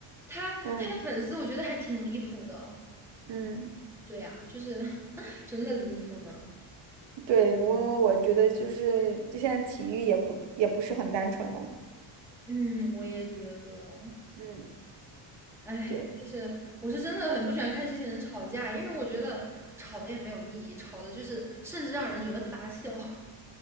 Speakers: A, in the centre; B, on the right.
A: 他他的粉丝我觉得还挺离谱的。
B: 嗯嗯，
A: 对呀，就是 <laughs> 真的离谱呢。
B: 对，我我我觉得就是现在体育也不也不是很单纯了，
A: 嗯，我也觉得，
B: 嗯。
A: 哎，
B: 对。
A: 就是我是真的很不喜欢看这些人吵架，因为我觉得吵的也没有意义，吵的就是甚至让人觉得发笑。<laughs>